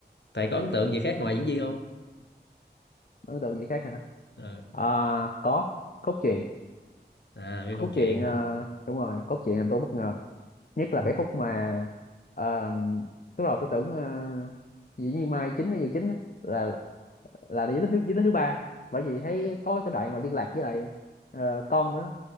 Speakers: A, on the left; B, on the left.
A: thầy có ấn tượng gì khác ngoài diễn viên không
B: ấn tượng gì khác hả
A: Ờ.
B: à, có cốt truyện
A: à cái
B: cốt
A: câu chuyện
B: truyện ờ,
A: hả
B: đúng rồi cốt truyện làm tôi bất ngờ nhất là
A: Ừ.
B: cái khúc mà ờ, lúc đầu tôi tưởng uh, dĩ nhiên Mai chính hay Dự chính á, là là giới thứ giới thứ ba bởi vì thấy có cái đoạn mà liên lạc với lại ờ, con của nó